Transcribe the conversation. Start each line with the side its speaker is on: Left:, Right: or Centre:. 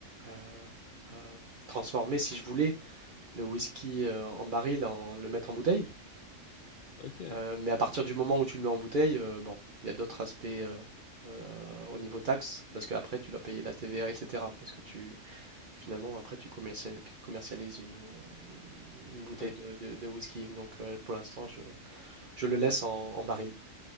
Right: euh, euh, transformer, si je voulais, le whisky euh, en baril, en le mettre en bouteille.
Left: Ok. Ouais,
Right: Euh, mais à partir du moment où tu le mets en bouteille, euh, bon, il y a d'autres aspects euh, euh, au niveau taxe, parce qu'après tu dois payer la TVA, etc. Parce que tu, finalement, après tu commercial- commercialises une, une bouteille
Left: ouais.
Right: de, de- de whisky. Donc euh, pour l'instant, je, je le laisse en, en baril.